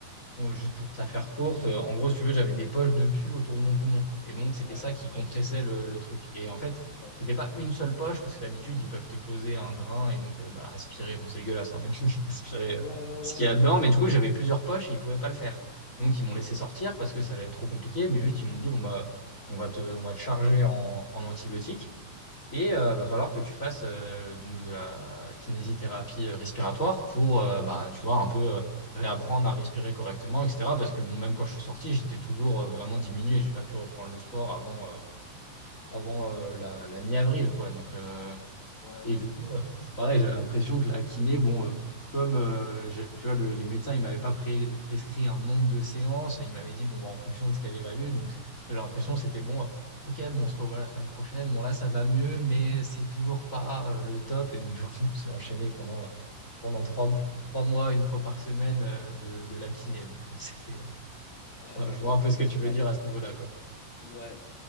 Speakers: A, on the left; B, on the left.
A: moi, juste pour te la faire courte, euh, en gros, si tu veux, j'avais des poches de pus autour de mon poumon. Et donc, c'était
B: Ouais,
A: ça qui compressait le, le truc. Et en fait,
B: Bon.
A: c'était pas une seule poche, parce que d'habitude, ils peuvent te poser un drain et donc euh, bah, aspirer. Bon, c'est dégueulasse, hein, mais <laughs> aspirer
B: Ouais,
A: euh,
B: ouais, ouais,
A: ce qu'il
B: mais
A: y a dedans.
B: bon.
A: Mais du coup, j'avais plusieurs poches et ils pouvaient pas le faire. Donc, ils m'ont
B: Ok.
A: laissé sortir parce que ça allait être trop compliqué. Mais juste, ils m'ont dit, bon, bah, on va te, on va te charger en, en antibiotiques. Et
B: ouais,
A: euh, va falloir que tu fasses euh, donc de la kinésithérapie euh, respiratoire pour euh,
B: Ouais,
A: bah, tu vois, un peu euh, réapprendre à respirer correctement, etc. Parce que bon, même quand je suis sorti, j'étais toujours euh, vraiment diminué. J'ai pas pu reprendre le sport avant, euh, avant euh, la, la mi-avril, quoi. Donc, euh,
B: ouais.
A: et du coup, euh, c'est pareil, j'ai l'impression que la kiné, bon, euh, comme euh, je- tu vois, le- les médecins, ils m'avaient pas pré- prescrit un nombre de séances, ils m'avaient dit, bon, bah, en fonction de ce qu'elle évalue. Donc, j'ai l'impression que c'était bon, euh, ok, bon, on se revoit la semaine prochaine. Bon, là, ça va mieux, mais c'est toujours pas euh, le top. Et donc, du coup, on s'est enchaîné pendant, euh, pendant trois, trois mois, une fois par semaine, euh, de, de la kiné. Donc, <laughs> c'était, euh,
B: ouais, d'accord.
A: ouais, je vois un peu ce que tu veux
B: Ouais.
A: dire à ce niveau-là, quoi.
B: Ouais,